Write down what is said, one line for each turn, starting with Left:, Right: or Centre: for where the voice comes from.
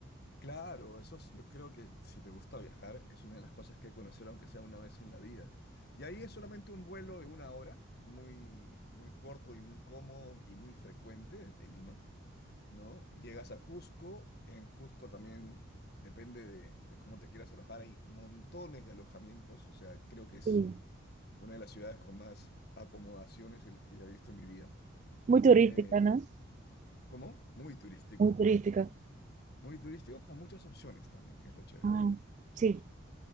Left: claro, eso es- yo creo que si te gusta viajar es una de las cosas que hay que conocer aunque sea una vez en la vida. Y ahí es solamente un vuelo de una hora, muy, muy corto y muy cómodo y muy frecuente desde Lima, ¿no? Llegas a Cusco, en Cusco también depende de, de cómo te quieras alojar, hay montones de alojamientos, o sea, creo que es
Right: Sí.
Left: una de las ciudades con más acomodaciones en que ya he visto en mi vida.
Right: Muy turística,
Left: Eh,
Right: ¿no?
Left: ¿cómo? Muy turístico.
Right: Muy turística.
Left: Muy turístico con muchas opciones también, que es lo chévere,
Right: Ah,
Left: ¿no?
Right: sí.